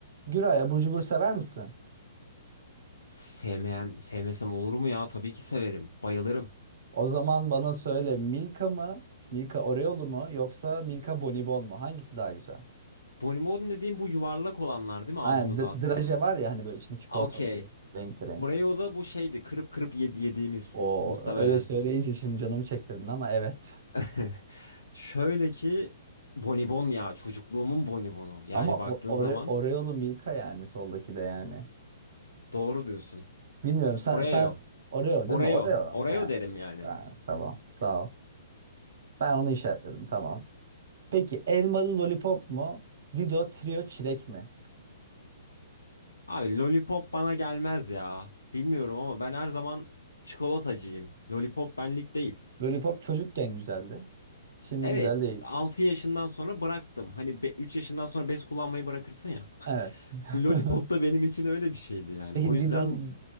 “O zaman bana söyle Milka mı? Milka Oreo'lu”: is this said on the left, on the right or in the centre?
Right